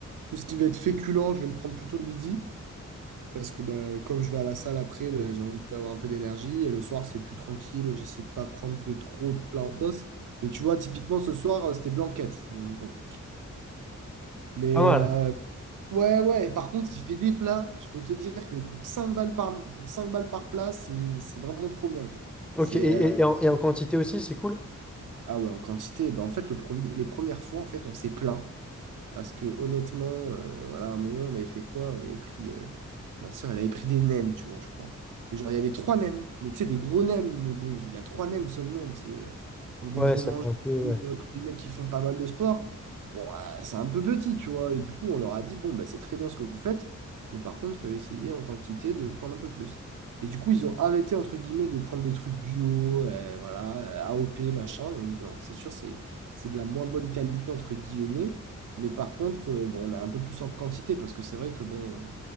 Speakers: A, on the right (about 85°); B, in the centre.
A: tout ce qui va être féculent. Je vais le prendre plutôt le midi. Parce que bah, comme je vais à la salle après, bah, j'ai envie d'avoir un peu d'énergie. Et le soir, c'est plus tranquille. J'essaie de pas prendre de trop de plats en sauce. Mais tu vois, typiquement, ce soir, euh, c'était blanquette. Donc, bon. Mais
B: pas mal.
A: euh, ouais, ouais. Et par contre, il fait des plats. Je peux te dire que pour cinq balles par, pour 5 balles par plat, c'est c'est vraiment trop bien, quoi.
B: Ok,
A: C'est,
B: et, et-
A: euh,
B: et en, et en quantité aussi, c'est cool?
A: Ah ouais, en quantité. Bah, en fait, le premier, les premières fois, en fait, on s'est plaint. Parce que honnêtement, euh, voilà, à un moment, on avait fait quoi? On avait pris. euh, ma soeur, elle avait pris des nems, tu vois, je crois. Et genre, il y avait trois nems, mais tu sais, des gros nems. Mais bon, il y a trois nems seulement, tu sais, euh, pour des
B: Ouais,
A: gros
B: ça
A: mangeurs,
B: fait un peu...
A: ou,
B: ouais.
A: euh, pour des mecs qui font pas mal de sport. Bon, euh, c'est un peu petit, tu vois. Et du coup, on leur a dit, bon, bah, c'est très bien ce que vous faites, mais par contre, euh, essayez en quantité de prendre un peu plus. Et du coup, ils ont arrêté, entre guillemets, de prendre des trucs bio, euh, voilà, euh, AOP, machin. Donc, non, c'est sûr, c'est c'est de la moins bonne qualité, entre guillemets. Mais par contre, euh, bon, on a un peu plus en quantité parce que c'est vrai que bon,